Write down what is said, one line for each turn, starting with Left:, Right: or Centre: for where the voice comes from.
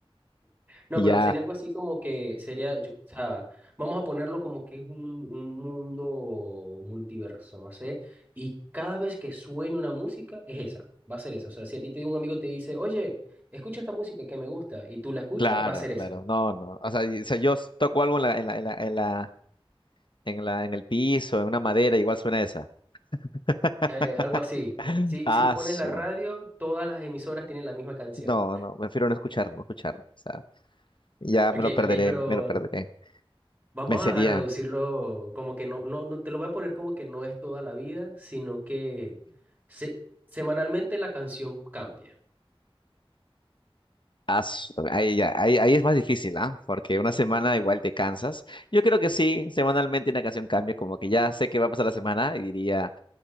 Right: No,
Left: y
Right: pero
Left: ya,
Right: sería algo así como que sería, yo- o sea, vamos a ponerlo como que es un, un mundo multiverso, no sé, y cada vez que suene una música es esa, va a ser esa, o sea, si a ti te, un amigo te dice, oye, escucha esta música que me gusta, y tú la escuchas,
Left: claro,
Right: va a ser esa,
Left: claro, no, no. O sea, y- o sea, yo s- toco algo en la, en la, en la, en la, en la- en el piso, en una madera, igual suena esa. <laughs>
Right: Eh, algo así, si,
Left: Ah,
Right: si pones
Left: su.
Right: la radio, todas las emisoras tienen la misma canción.
Left: No, no, prefiero no escucharlo, no escucharlo. O sea, ya
Right: Ok,
Left: me lo perderé,
Right: ok, pero
Left: me lo perderé.
Right: Vamos
Left: Me sería.
Right: a, a reducirlo como que no, no, no, te lo voy a poner como que no es toda la vida, sino que se- semanalmente la canción cambia.
Left: Ah, su, Ahí, ya, ahí, ahí es más difícil, ¿ah? Porque una semana igual te cansas. Yo creo que sí, semanalmente una canción cambia, como que ya sé qué va a pasar la semana y diría.